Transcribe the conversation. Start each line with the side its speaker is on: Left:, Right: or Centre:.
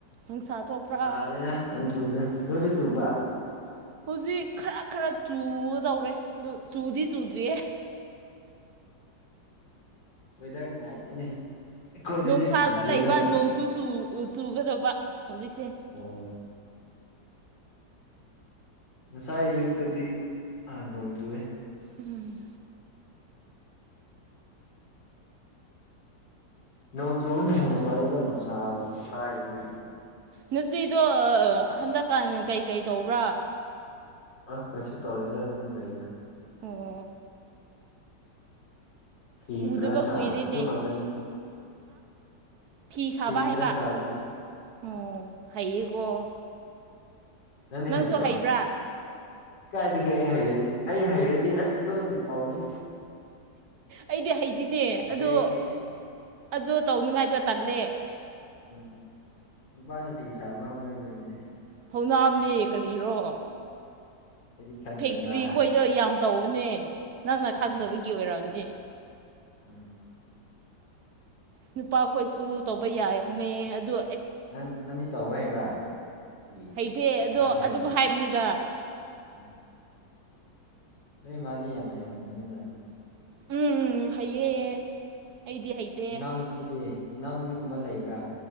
Right: ꯅꯨꯡꯁꯥ ꯊꯣꯛꯄ꯭ꯔꯥ
Left: ꯇꯥꯗꯦꯗ ꯅꯪꯠ ꯆꯨꯗꯦ ꯅꯣꯏꯗꯤ ꯆꯨꯕ꯭ꯔꯥ
Right: ꯎꯝ ꯍꯧꯖꯤꯛ ꯈꯔ ꯈꯔ ꯆꯨꯗꯧꯔꯦ ꯑꯗꯨ ꯆꯨꯗꯤ ꯆꯨꯗ꯭ꯔꯤꯌꯦ
Left: ꯋꯦꯗꯔ ꯅꯨꯡꯉꯥꯏꯇꯦꯅꯦ ꯑꯩꯈꯣꯏꯗꯗꯤ
Right: ꯅꯨꯡꯁꯥꯁꯨ
Left: ꯆꯨꯗ꯭ꯔꯦꯗ
Right: ꯂꯩꯕ ꯅꯣꯡꯁꯨ ꯆꯨꯒꯗꯕ ꯍꯧꯖꯤꯛꯁꯦ
Left: ꯑꯣ ꯉꯁꯥꯏ ꯑꯌꯨꯛꯇꯗꯤ ꯑ ꯅꯣꯡ ꯆꯨꯋꯦ
Right: ꯎꯝ
Left: ꯅꯣꯡ ꯆꯨꯕꯅ ꯍꯦꯟꯅ ꯐꯔꯦꯗ ꯅꯨꯡꯁꯥ ꯀꯥꯏꯗꯒꯤ
Right: ꯅꯨꯆꯤꯗꯣ ꯍꯟꯗꯛꯀꯥꯟ ꯀꯩꯀꯩ ꯇꯧꯕ꯭ꯔꯥ
Left: ꯑ ꯀꯩꯁꯨ ꯇꯧꯗꯦꯗ ꯑꯗꯨꯝ ꯂꯩꯗ
Right: ꯑꯣ
Left: ꯐꯤꯈ꯭ꯔꯥ
Right: ꯎꯗꯕ
Left: ꯁꯥ
Right: ꯀꯨꯏꯔꯦꯅꯦ
Left: ꯑꯗꯨ ꯈꯛꯇꯅꯤ
Right: ꯐꯤꯁꯥꯕ
Left: ꯐꯤ
Right: ꯍꯥꯏꯕ
Left: ꯈꯔ ꯁꯥ ꯑꯗꯨ
Right: ꯑꯣ ꯍꯥꯏꯌꯦꯀꯣ
Left: ꯎꯝ ꯅꯪꯗꯤ
Right: ꯅꯪꯁꯨ
Left: ꯍꯩꯇ꯭ꯔꯣ
Right: ꯍꯩꯕ꯭ꯔꯥ
Left: ꯀꯥꯏꯗꯒꯤ ꯑꯩ ꯍꯩꯔꯗꯤ ꯑꯩ ꯍꯩꯔꯗꯤ ꯑꯁ ꯂꯣꯏ ꯇꯧꯅꯤ
Right: ꯑꯩꯗꯤ ꯍꯩꯗꯤꯅꯦ ꯑꯣ
Left: ꯑꯩꯗꯤ
Right: ꯑꯗꯣ ꯇꯧꯅꯤꯉꯥꯏꯗ ꯇꯜꯂꯦ
Left: ꯎꯝ ꯅꯨꯄꯥꯅꯥ ꯐꯤ ꯁꯥꯕ ꯍꯧꯅꯕ꯭ꯔꯅꯦ
Right: ꯍꯧꯅꯥꯝꯅꯦ ꯀꯔꯤꯔꯣ
Left: ꯑꯩꯗꯤ ꯈꯪꯗꯦꯅ
Right: ꯐꯦꯛꯇ꯭ꯔꯤ ꯈꯣꯏꯗꯣ ꯌꯥꯝ ꯇꯧꯕꯅꯦ ꯅꯪꯅ
Left: ꯎꯝ
Right: ꯈꯪꯗꯕꯒꯤ ꯑꯣꯏꯔꯝꯅꯤ
Left: ꯎꯝ
Right: ꯅꯨꯄꯥꯈꯣꯏꯁꯨ ꯇꯧꯕ ꯌꯥꯏꯕꯅꯦ ꯑꯗꯨ
Left: ꯅꯪ ꯅꯪꯗꯤ ꯇꯧꯕ ꯍꯩꯕ꯭ꯔꯥ ꯐꯤ
Right: ꯍꯩꯇꯦ
Left: ꯐꯤ
Right: ꯑꯗꯣ
Left: ꯁꯥꯕ ꯍꯩꯕ꯭ꯔꯥ
Right: ꯑꯗꯨꯝ ꯍꯥꯏꯕꯅꯤꯗ
Left: ꯎꯝ ꯅꯣꯏ ꯃꯥꯗꯤ ꯌꯥꯝ ꯍꯩꯔꯝꯒꯅꯤꯅ
Right: ꯎꯝ ꯍꯩꯌꯦ ꯑꯩꯗꯤ ꯍꯩꯇꯦ
Left: ꯅꯅꯥꯎꯅꯨꯄꯤꯗꯤ ꯅꯅꯥꯎꯅꯨꯄꯤꯒꯨꯝꯕ ꯂꯩꯕ꯭ꯔꯥ